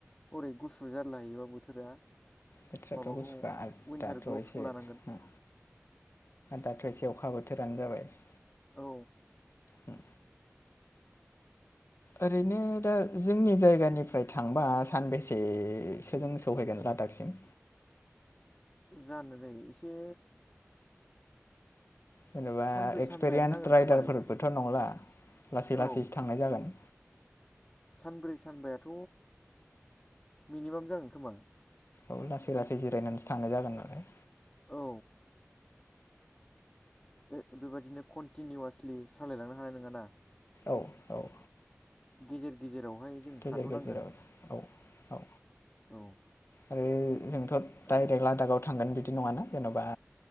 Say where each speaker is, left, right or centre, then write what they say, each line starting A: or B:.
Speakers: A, on the left; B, on the left.
A: हरै गुसु जारलाहायोबा बोथोरा
B: बोथोराथ'
A: माबाखौ
B: गुसुखाआ आरो
A: उइन्टार
B: दाथ'
A: ग्लब्सखौ
B: एसे
A: लानांगोन
B: आरो दाथ खायसेयावखा बोथोरानो जाबाय ‌।
A: औ
B: उम ओरैनो दा जोंनि जायगानिफ्राय थांबा सानबेसेसो जों सहैगोन लादाकसिम
A: जानो दैै एसे
B: जेनेबा
A: सानब्रै
B: एक्सपिरियेन्स
A: सानबायानो नांगोन
B: राइदारफोरबोथ'
A: खोमालै
B: नंला लासै
A: औ
B: लासैसो थांनाय जागोन
A: सानब्रै सानबाथ' मिनिमाम जागोन खोमा।
B: औ लासै लासै जिरायनानैसो थांनाय जागोन नालाय।
A: औ बे बेबादिनो कन्टिनिउवासलि सालायलांनो हानाय नङा ना
B: औ औ।
A: गेजेर गेजेरावहाय जों
B: गेजेर
A: थाथ'नांगोन
B: गेजेराव औ औ
A: औ
B: आरो जोंथ' डाइरेक्ट
A: आरो
B: लादागाव थांगोन बिदि नङाना जेन'बा